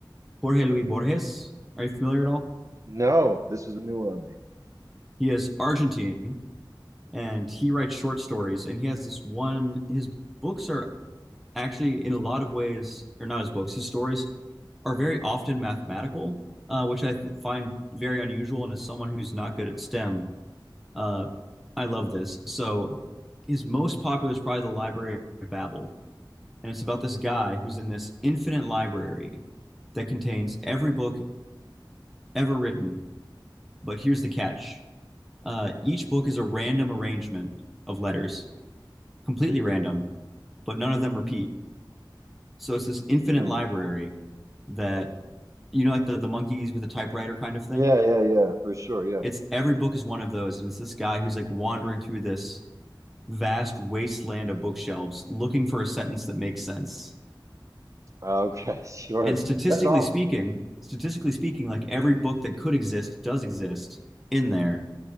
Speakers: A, in the centre; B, on the right.
A: Jorge Luis Borges. Are you familiar at all?
B: No, this is a new one on me.
A: He is Argentine and he writes short stories and he has this one his books are actually, in a lot of ways, or not his books, his stories are very often mathematical, uh, which I th find very unusual. And as someone who's not good at STEM, uh, I love this. So his most popular is probably The Library of Babel. And it's about this guy who's in this infinite library that contains every book ever written. But here's the catch. Uh, each book is a random arrangement of letters, completely random, but none of them repeat. So it's this infinite
B: Hmm.
A: library that you know, like the the monkeys with the typewriter kind of thing.
B: Yeah, yeah, yeah, for sure. Yeah.
A: It's every book is one of those, and it's this guy who's like wandering through this vast wasteland of bookshelves looking for a sentence that makes sense.
B: Okay, <laughs> sure.
A: And statistically
B: That's awesome.
A: speaking, statistically speaking, like every book that could exist does exist in there,